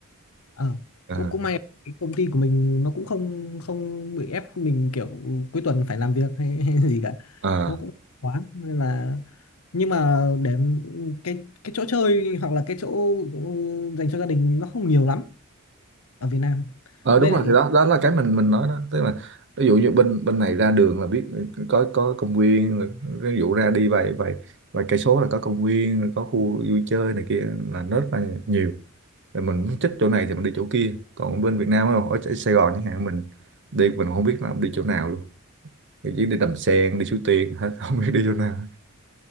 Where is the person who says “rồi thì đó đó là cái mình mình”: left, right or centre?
Right